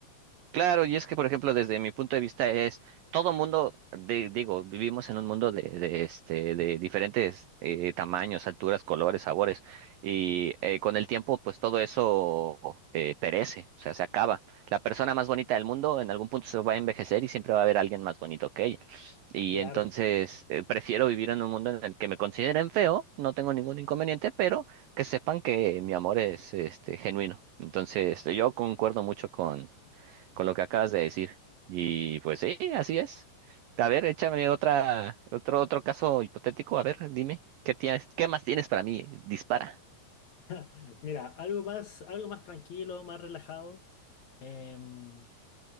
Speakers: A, on the right (about 85°); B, on the left (about 55°).
A: Claro, y es que, por ejemplo, desde mi punto de vista es, todo mundo, de- digo, vivimos en un mundo de, de, este, de diferentes eh, tamaños, alturas, colores, sabores, y eh, con el tiempo, pues todo eso eh, perece, o sea, se acaba. La persona más bonita del mundo en algún punto se va a envejecer y siempre va a haber alguien más bonito que ella. Y
B: Claro.
A: entonces, eh, prefiero vivir en un mundo en el que me consideren feo, no tengo ningún inconveniente, pero que sepan que mi amor es este, genuino. Entonces, yo concuerdo mucho con con lo que acabas de decir. Y pues sí, así es. A ver, échame otra, otro, otro caso hipotético. A ver, dime, ¿qué tienes, qué más tienes para mí? Dispara.
B: <laughs> Mira, algo más, algo más tranquilo, más relajado. Em,